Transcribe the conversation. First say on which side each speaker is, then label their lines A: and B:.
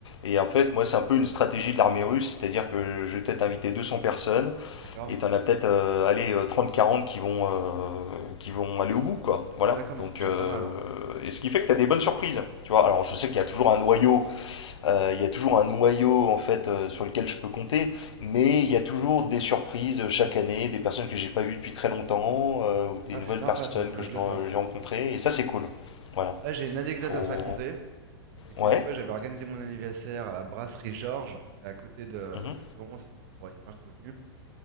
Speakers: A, on the left (about 85°); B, on the right (about 45°).
A: Et en fait, moi, c'est un peu une stratégie de l'armée russe, c'est-à-dire que je vais peut-être inviter 200 personnes
B: D'accord.
A: et t'en as peut-être euh, allez, euh, 30-40 qui vont euh, qui vont aller au bout quoi. Voilà.
B: D'accord,
A: Donc
B: mais c'est déjà
A: euh,
B: pas mal, hein.
A: et ce qui fait que tu as des bonnes surprises, tu vois. Alors, je sais qu'il y a toujours un noyau euh, Il y a toujours un noyau en fait euh, sur lequel je peux compter, mais il y a toujours des surprises euh, chaque année, des personnes que j'ai pas vues depuis très longtemps, euh, ou des
B: Ah,
A: nouvelles
B: c'est sympa,
A: personnes
B: ça, faudrait
A: que je
B: que je le fasse.
A: j'ai rencontrées, et ça c'est cool. Voilà.
B: Ah, j'ai une anecdote
A: Faut.
B: à te raconter. C'est qu'une
A: Ouais.
B: fois, j'avais organisé mon anniversaire à la brasserie Georges, c'est à côté de,
A: Mhm,
B: de Lyon, c'est un endroit hyper connu.